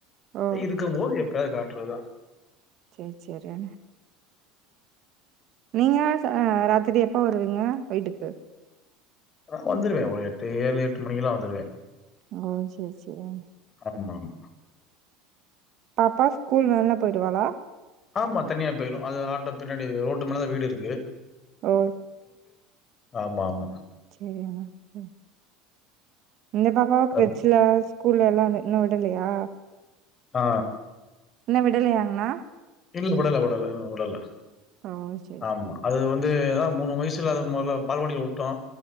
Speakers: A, on the right; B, on the left.
A: ஓ
B: இருக்கும் போது எப்பயாவது காட்டறதுதா
A: செரி செரி ஆன நீங்க ச ராத்திரி எப்ப வருவீங்க வீட்டுக்கு
B: ஆ வந்துருவேன் ஒரு எட்டு ஏழு எட்டு மணிக்கல்லா வந்துருவேன்
A: ஓ செரி செரி
B: ஆமா ஆமா
A: பாப்பா ஸ்கூல் வேன்ல போயிடுவாளா
B: ஆமா தனியா போயிடும் அது ஆட்ட பின்னாடி ரோட்டு மேலதா வீடு இருக்கு
A: ஓ
B: ஆமா ஆமா
A: செரியான செரி இந்த பாப்பாவ கிரச்சல
B: அத்
A: ஸ்கூல்ல எல்லா அந்த இன்னும் விடலையா
B: ஆ
A: இன்னும் விடலயாங்ண்ணா
B: இல்லக உடல உடல உடல
A: ஓ சேரி
B: ஆமா
A: சேரி
B: அது வந்து அதா மூணு வய்ஸ் தில்லாத முதல பால்வாடில வுட்டோ